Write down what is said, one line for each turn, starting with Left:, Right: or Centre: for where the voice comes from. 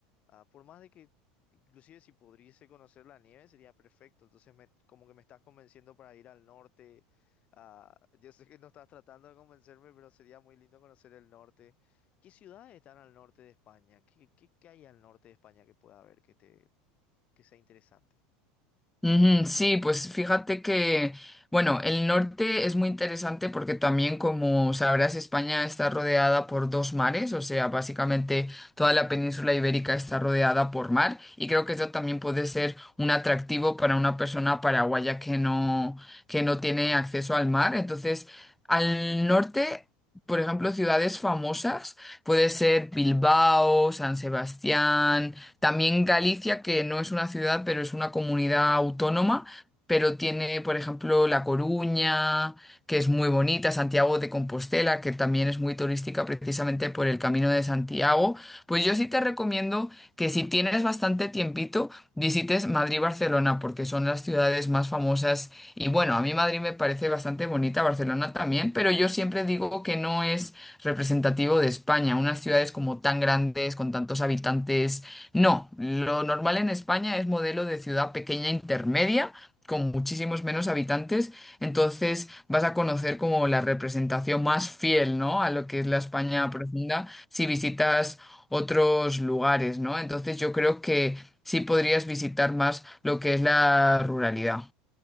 Left: Ah, por más de que, inclusive si pudiese conocer la nieve, sería perfecto. Entonces, me, como que me estás convenciendo para ir al norte. Ah, yo sé que no estás tratando de convencerme, pero sería muy lindo conocer el norte. ¿Qué ciudades están al norte de España? ¿Qué, qué, qué hay al norte de España que pueda haber que te, que sea interesante?
Centre: Ujú, Sí, pues fíjate que, bueno, el norte es muy interesante porque también, como sabrás, España está rodeada por dos mares, o sea, básicamente toda la península ibérica está rodeada por mar y creo que eso también puede ser un atractivo para una persona paraguaya que no, que no tiene acceso al mar. Entonces, al norte... Por ejemplo, ciudades famosas, puede ser Bilbao, San Sebastián, también Galicia, que no es una ciudad, pero es una comunidad autónoma, pero tiene, por ejemplo, La Coruña, que es muy bonita, Santiago de Compostela, que también es muy turística precisamente por el Camino de Santiago. Pues yo sí te recomiendo que si tienes bastante tiempito, visites Madrid y Barcelona, porque son las ciudades más famosas. Y bueno, a mí Madrid me parece bastante bonita, Barcelona también, pero yo siempre digo que no es representativo de España. Unas ciudades como tan grandes, con tantos habitantes no, lo normal en España es modelo de ciudad pequeña intermedia, con muchísimos menos habitantes, entonces vas a conocer como la representación más fiel, ¿no? A lo que es
Left: Claro.
Centre: la España profunda si visitas otros lugares, ¿no? Entonces yo creo que sí podrías visitar más lo que es la ruralidad.